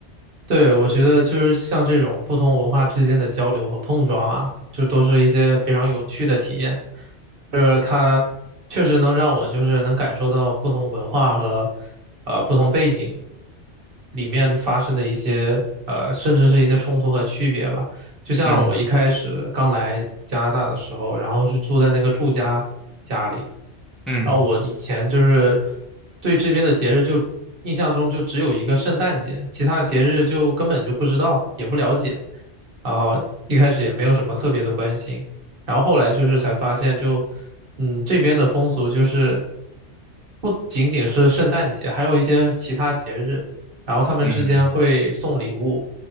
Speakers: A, on the right (about 50°); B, in the centre.
A: 对，我觉得就是像这种不同文化之间的交流和碰撞啊，就都是一些非常有趣的体验。就是它确实能让我就是能感受到不同文化和呃不同背景里面发生的一些呃甚至是一些冲突和区别吧。就像我一开始刚来加拿大的时候，
B: 嗯
A: 然后是住在那个住家家里，
B: 嗯
A: 然后我以前就是对这边的节日就印象中就只有一个圣诞节，其他节日就根本就不知道，也不了解，然后一开始也没有什么特别的关心，然后后来就是才发现就，嗯，这边的风俗就是不仅仅是圣诞节，还有一些其他节日。然后他们之间会送礼物，
B: 嗯